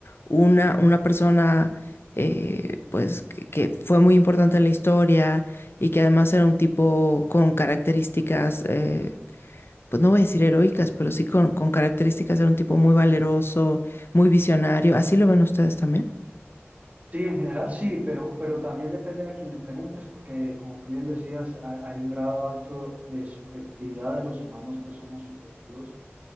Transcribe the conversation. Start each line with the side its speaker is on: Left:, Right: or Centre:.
Left: una, una persona eh, pues que, que, fue muy importante en la historia y que además era un tipo con características eh, pues no voy a decir heroicas, pero sí con, con características, de un tipo muy valeroso, muy visionario. ¿Así lo ven ustedes también?
Right: Sí, en general sí, pero, pero también depende a quien le preguntes, porque como tú bien decías, ha- hay un grado alto de subjetividad de los humanos, pues somos subjetivos